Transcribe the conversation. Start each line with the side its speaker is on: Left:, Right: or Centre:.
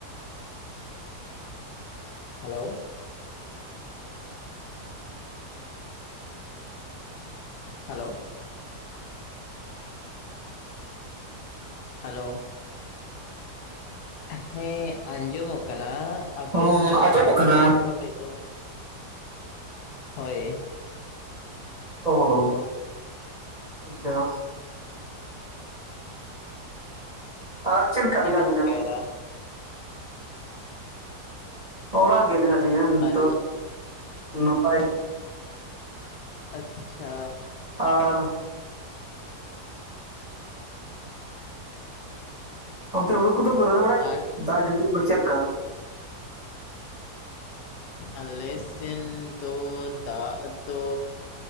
Left: ᱦᱮᱞᱳ <inaudible> ᱦᱮᱞᱳ ᱦᱮᱞᱳ ᱦᱮᱸ ᱟᱸᱡᱚᱢᱚᱜ ᱠᱟᱱᱟ ᱟᱵᱤᱱ
Right: ᱦᱚᱸ ᱟᱸᱡᱚᱢᱚᱜ ᱠᱟᱱᱟ᱾
Left: ᱵᱟᱵᱤᱱ ᱨᱚᱲᱮᱫ ᱫᱚ? ᱦᱳᱭ᱾
Right: ᱚ ᱟᱪᱪᱷᱟ ᱟᱨ ᱪᱮᱫ ᱞᱮᱠᱟ ᱢᱮᱱᱟᱜ
Left: ᱵᱮᱱ
Right: ᱵᱤᱱᱟ?
Left: ᱪᱤᱠᱟᱭᱮᱫᱟ
Right: ᱚᱲᱟᱜ ᱨᱮᱜᱮ ᱢᱮᱱᱟᱜ ᱞᱤᱧᱟᱹ ᱱᱤᱛᱚᱜ
Left: ᱟᱞ
Right: <inaudible> ᱱᱟᱯᱟᱭ <inaudible>
Left: ᱟᱪᱪᱷᱟ᱾
Right: ᱟᱨ ᱚᱱᱛᱮ ᱦᱩᱲᱩ ᱠᱚᱫᱚᱯᱮ ᱨᱚᱦᱚᱭ ᱵᱟᱲᱟᱭ ᱜᱮᱭᱟ
Left: ᱟᱨ
Right: ᱫᱟᱜ ᱡᱟᱹᱯᱩᱫ ᱫᱚ ᱪᱮᱫ ᱞᱮᱠᱟ?
Left: ᱟᱞᱮ ᱥᱮᱱ ᱫᱚ ᱫᱟᱜ ᱫᱚ